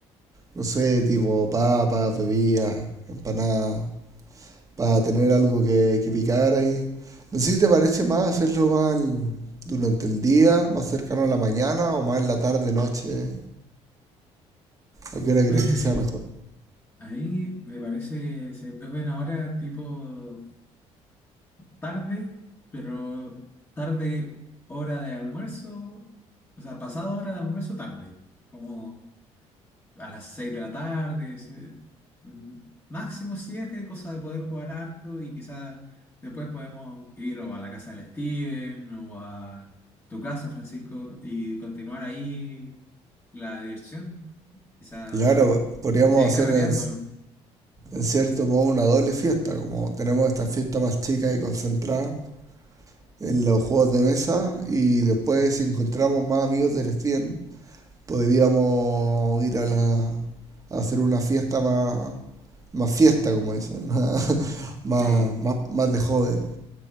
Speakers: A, on the right (about 30°); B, on the left (about 20°).
A: No sé, tipo papas, bebidas, empanadas, para tener algo que, que picar ahí. No sé si te parece más hacerlo más en- durante el día, más cercano a la mañana o más en la tarde, noche. ¿A qué hora crees
B: Eh,
A: que sea mejor?
B: ahí me parece, se ven ahora tipo tarde, pero tarde hora de almuerzo, o sea, pasado hora de almuerzo tarde, como a las 6 de la tarde, si- mm, máximo siete cosa de poder jugar harto y quizás después podemos ir o a la casa del Steven o a tu casa, Francisco, y continuar ahí la diversión. Quizá
A: Y claro, podríamos
B: seguir
A: hacer
B: carreteando,
A: en,
B: ¿no?
A: en cierto modo una doble fiesta, como tenemos esta fiesta más chica y concentrada en los juegos de mesa y después si encontramos más amigos del Steam, podríamos ir a, la, a hacer una fiesta más, más fiesta, como dicen, <laughs> más,
B: Sí,
A: más, más de joven.